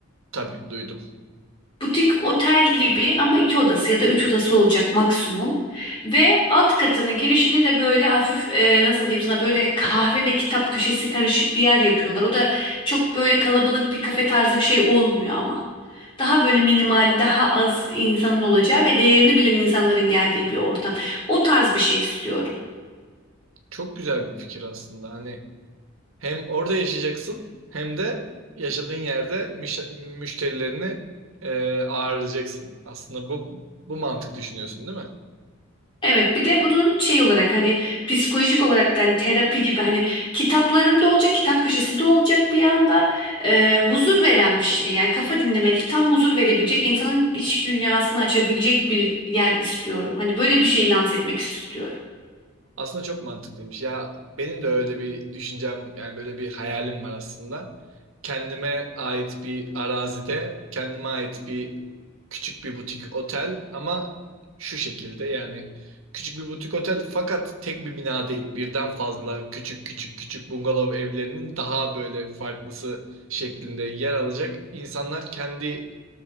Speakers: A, on the right (about 80°); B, on the left (about 25°).
A: Tabii duydum.
B: Butik otel gibi ama iki odası ya da üç odası olacak maksimum. Ve alt katının girişini de böyle hafif e, nasıl diyeyim sana böyle kahve ve kitap köşesi karışık bir yer yapıyorlar. O da çok böyle kalabalık bir kafe tarzı bir şey olmuyor ama. Daha böyle minimal, daha az insanın olacağı ve değerini bilen insanların geldiği bir ortam. O tarz bir şey istiyorum.
A: Çok güzel bir fikir aslında. Hani hem orada yaşayacaksın hem de yaşadığın yerde müş- müşterilerini e, ağırlayacaksın. Aslında bu bu mantık düşünüyorsun, değil mi?
B: Evet bir de bunun şey olarak hani psikolojik olarak da hani terapi gibi hani kitaplarımda olacak kitap köşesinde olacak bir anda e, huzur veren bir şey. Yani kafa dinlemeli tam huzur verebilecek insanın iç dünyasını açabilecek bir yer istiyorum. Hani böyle bir şey lanse etmek istiyorum.
A: Aslında çok mantıklıymış. Ya benim de öyle bir düşüncem yani böyle bir hayalim var aslında. Kendime ait bir arazide, kendime ait bir küçük bir butik otel ama şu şekilde yani küçük bir butik otel fakat tek bir bina değil. Birden fazla küçük küçük küçük bungalov evlerinin daha böyle farklısı şeklinde yer alacak. İnsanlar kendi